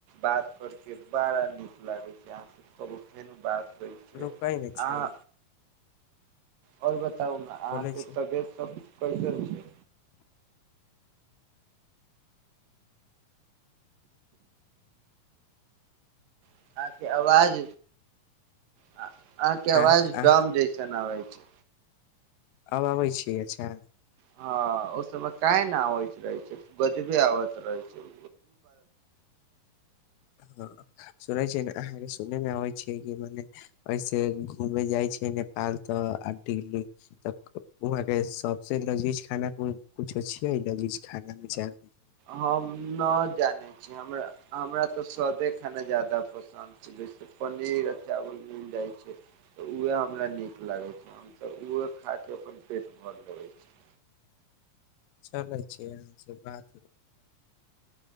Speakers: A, on the right; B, on the left.
A: बात करके बड़ा नीक लागै छै अहाँ सब कहू फेर बात होइ छै
B: रुकै नहि छियै।
A: अहाँ आओर बता अहाँके
B: बोलै छै
A: सदे सब। पैसे हो छै। अहाँके आवाज अहाँके आवाज
B: ह। आ आ।
A: डम जैसन आबै छै
B: आब आबै छियै, अचा
A: हां, ओहि समय काहे नै आबैत रहै छै, गजबे आबैय रहै छै
B: हां, सुनै छियै ने अहांके सुनै मे अबै छै कि मने ऐसे घुमे जाइ छै नेपाल त आ दिल्ली त उहां के सबसे लजीज खाना कुछो छियै लजीज खाना मे जा
A: हम नहि जानै छीरा हमरा त। े खाना जादा पसन्द छै जैसे पनीर आ चावल मिल जाइ छै। तऽ उहे हमरा नीक लागे छै। त उ और खा क अपन पेट भर लबै छी।
B: चलै छै इहां से बात